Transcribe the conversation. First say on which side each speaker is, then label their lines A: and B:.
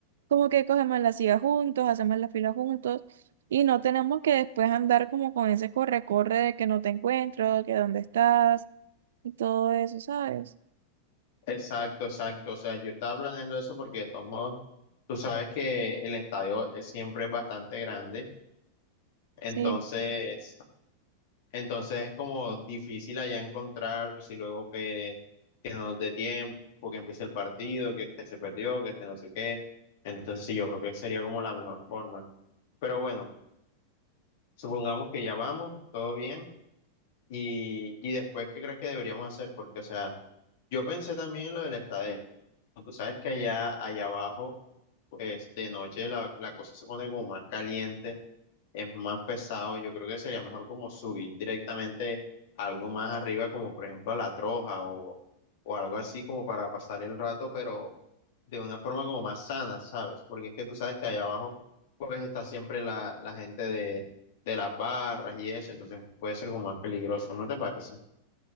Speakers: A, on the right; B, on the left.
A: como que cogemos la silla juntos, hacemos la fila juntos y no tenemos que después andar como con ese corre-corre de que no te encuentro, que dónde estás y todo eso, ¿sabes?
B: Exacto, exacto, o sea, yo estaba planeando eso porque de todos modos, tú sabes que el estadio es- siempre es bastante grande, entonces
A: Sí,
B: Entonces es como difícil allá encontrar si luego que, que no nos dé tiempo, que empiece el partido, que este se perdió, que este no sé qué. Entonces sí, yo creo que sería como la mejor forma. Pero bueno, supongamos que ya vamos, todo bien. Y, y después, ¿qué crees que deberíamos hacer? Porque, o sea, yo pensé también en lo de la estadía, Tú sabes que allá, allá abajo, pues de noche la, la cosa se pone como más caliente, es más pesado. Yo creo que sería mejor como subir directamente a algo más arriba, como por ejemplo a la Troja o, o algo así como para pasar el rato, pero de una forma como más sana, ¿sabes? Porque es que tú sabes que allá abajo, pues está siempre la, la gente de, de las barras y eso, entonces puede ser como más peligroso, ¿no te parece?